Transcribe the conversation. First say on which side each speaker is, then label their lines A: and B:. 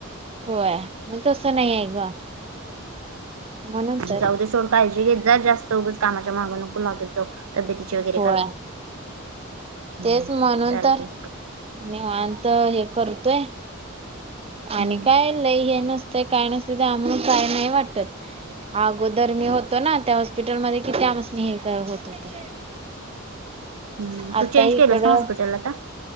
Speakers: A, on the right; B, on the right.
A: होय मग तसं नाही आहे ग. म्हणून तर
B: जाऊद सोड काळजी घेत जा जास्त उगच कामाच्या माग नकू लागत जा. तब्येतीची वगैर
A: होय
B: काळजी हम्म
A: तेच म्हणून
B: चालतंय
A: तर निवांत हे करू. तय
B: हम्म
A: आणि काय लय हे नसत. काय नसेल ते आम काय नाही वाटत. अगोदर मी होतो ना त्या हॉस्पिटलमध्ये कि त्यामसने हे होत होत.
B: हम
A: आता
B: तू चेंज
A: इकडं
B: केलंस ना हॉस्पिटल आत्ता